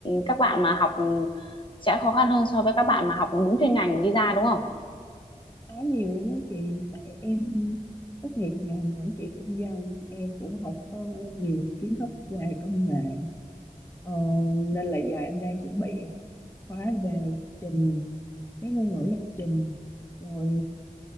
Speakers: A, on the left (about 35°); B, on the left (about 20°).
A: các bạn mà học sẽ khó khăn hơn so với các bạn mà học đúng chuyên ngành đi ra đúng không?
B: có nhiều lắm đó chị tại em tốt nghiệp ngành quản trị kinh doanh em cũng không có nhiều kiến thức về công nghệ Ờ, nên là giờ em đang chuẩn bị học khóa về lập trình mấy ngôn ngữ lập trình rồi